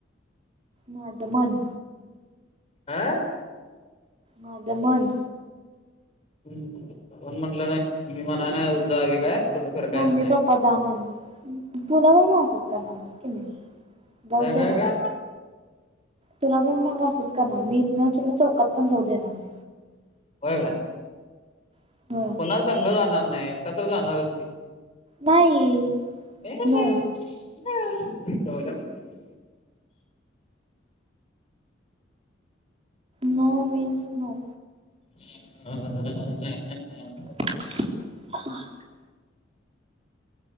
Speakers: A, on the right; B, on the left.
A: माझं मन
B: हां
A: माझं मन
B: हम्म, कोणी म्हटलं नाय मी मनाने नाय जावी काय? कुठं फिरकायचं
A: मम्मी
B: नाही
A: पप्पा जा म्हण तुला नाय ना असच करणार बघ की मी जाऊ
B: काय काय
A: द्या ना.
B: काय
A: तुला पण मागा असंच करणार मी इथनं तुला चौकात पण जाऊ देणार नाही.
B: होय काय
A: नाही होय
B: पुन्हा संग जाणार नाही एकटा तर जाणारचशी.
A: नाही.
B: <unintelligible>
A: No no means no.
B: <unintelligible>
A: ह